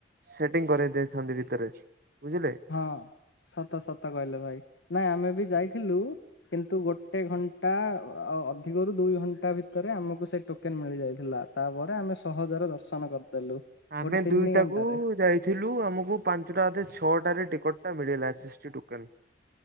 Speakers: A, on the right; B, on the left.
A: ସେଟିଂ କରେଇ ଦେଇଥାନ୍ତି ଭିତରେ ବୁଝିଲେ।
B: ହଁ ସତ ସତ କହିଲେ ଭାଇ ନା ଆମେବି ଯାଇଥିଲୁ କିନ୍ତୁ ଗୋଟେ ଘଣ୍ଟା ଆ ଆ ଅଧିକରୁୁ ଦୁଇ ଘଣ୍ଟା ଭିତରେ ଆମକୁ ସେ ଟୋକେନ୍ ମିଳିଯାଇଥିଲା। ତାପରେ ଆମେ ସହଜରେ ଦର୍ଶନ କରିଦେଲୁ
A: ଆମେ
B: ଗୋଟେ ତିନି
A: ଦୁଇଟାକୁ
B: ଘଣ୍ଟାରେ
A: ଯାଇ ଥିଲୁ ଆମକୁ ପାଞ୍ଚଟା ବୋଧେ ଛଅଟାରେ ଟିକଟ ଟା ମିଳିଲା ସିସ୍ ଟି ଟୋକେନ